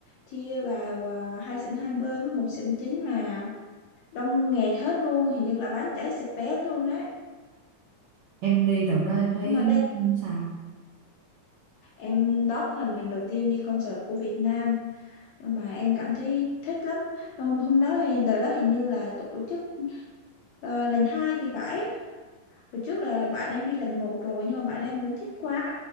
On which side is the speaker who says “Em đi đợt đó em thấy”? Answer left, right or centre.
Right